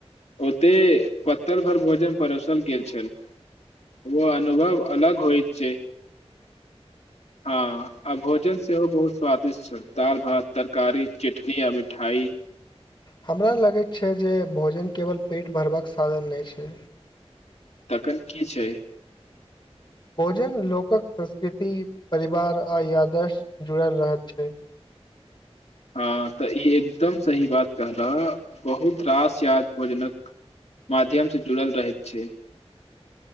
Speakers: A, on the left (about 80°); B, on the left (about 45°).
A: ओते पत्तल भरि भोजन परोसल गेल छल ओ अनुभव अलग होइ छै हँ आ भोजन सेहो बहुत स्वादिष्ट छल दाल भात तरकारी चटनी आ मिठाई
B: हमरा लगैत छै जे भोजन केवल पेट भरबाक साधन नहि छै
A: तखन की छै
B: भोजन लोकक संस्कृति परिवार आ यादस जुड़ल रह छै
A: हँ तऽ ई एकदम सही बात कहलाह बहुत रास याद भोजनक माध्यम से जुड़ल रहैत छै